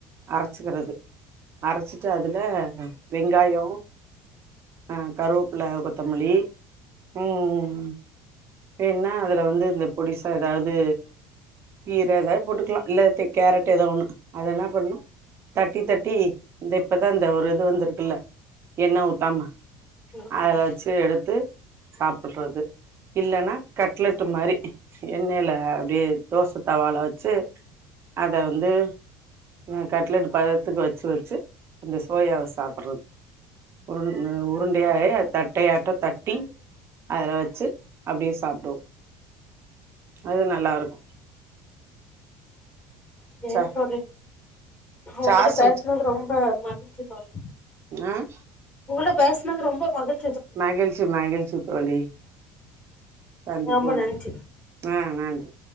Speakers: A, on the right; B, on the left.
A: அரச்சிக்கிறது அரச்சிட்டு அதுல வெங்காயோ அ கருவ பில்ல கொத்தமல்லி ம் ம் ஏன்னா அதுல வந்து இந்த பொடிசா ஏதாவ்து கீர எதா போட்டு திவா இல்ல தி கேரட் ஏதோ ஒண்ணு அதென்னா பண்ணு தட்டி தட்டி இந்த இப்பதா இந்த ஒரு இது வந்திருக்குல்ல எண்ண ஊத்தாம
B: ம்
A: அதுல வச்சு எடுத்து சாப்பறது இல்லன்னா கட்லெட் மாரி எண்ணெல அப்டியே தோச தவால வச்சு அத வந்து ம் கட்லெட் பதத்துக்கு வச்சு வச்சு அந்த சோயாவ சாப் றது உருண் உருண்டையாயே தட்டையாட்டோ தட்டி அதுல வச்சு அப்டியே சாப்டுவோ அது நல்லா இருக்கு
B: சேரி
A: ச
B: தோழி ஒங்ககிட்ட
A: சாஸ்
B: பேசுனது ரொம்ப மகி புரிஞ்ச்சு தோழி
A: ம்
B: உங்கள்ட பேசுனது ரொம்ப மகிழ்
A: மகிழ்ச்சி மகிழ்ச்சி தோழி சந்திப்போம்
B: ரொம்ப நன்றி
A: ஆஹ் நன்றி